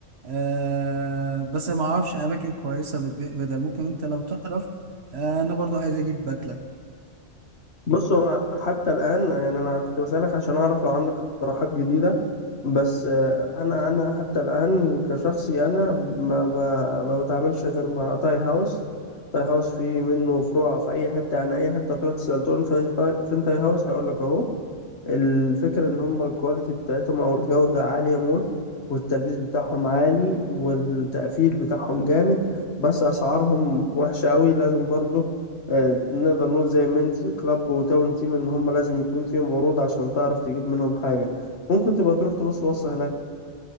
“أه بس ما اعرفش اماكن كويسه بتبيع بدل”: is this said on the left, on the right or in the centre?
Right